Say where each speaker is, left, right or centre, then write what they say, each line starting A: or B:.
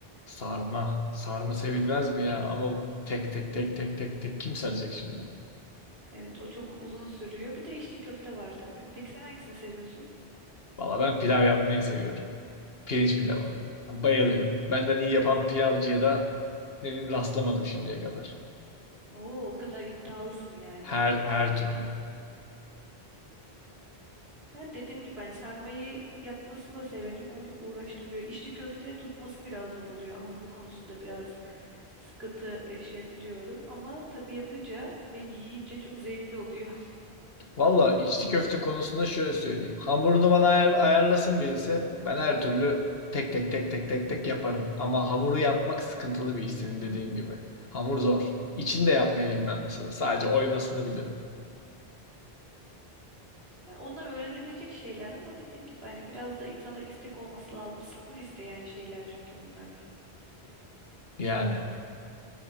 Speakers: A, on the left; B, on the right.
A: Sarma. Sarma sevilmez mi ya? Ama tek tek tek tek tek tek kim saracak şimdi?
B: Evet, o çok uzun sürüyor. Bir de içli köfte var tabii. Peki sen hangisini seviyorsun?
A: Valla ben pilav yapmayı seviyorum. Pirinç pilavı. Bayılıyorum. Benden iyi yapan pilavcıya da ne bileyim rastlamadım şimdiye kadar.
B: Oo, o kadar iddialısın yani.
A: Her her türlü.
B: Yani dediğim gibi ben sarmayı yapmasını da severim ama çok uğraştırıyor. İçli köfte tutması biraz zor oluyor. Hamuru konusunda biraz sıkıntı yaşayabiliyorum. Ama tabii yapınca ve yiyince çok zevkli oluyor. <laughs>
A: Valla içli köfte konusunda şöyle söyleyeyim. Hamurunu bana ayar- ayarlasın birisi. Ben her türlü tek tek tek tek tek tek yaparım. Ama hamuru yapmak sıkıntılı bir iş senin dediğin gibi. Hamur zor. İçini de yapmayı bilmem mesela. Sadece oymasını bilirim.
B: Ya onlar öğrenilebilecek şeyler ama dediğim gibi hani biraz da insanda istek olması lazım. Sabır isteyen şeyler çünkü bunlar.
A: Yani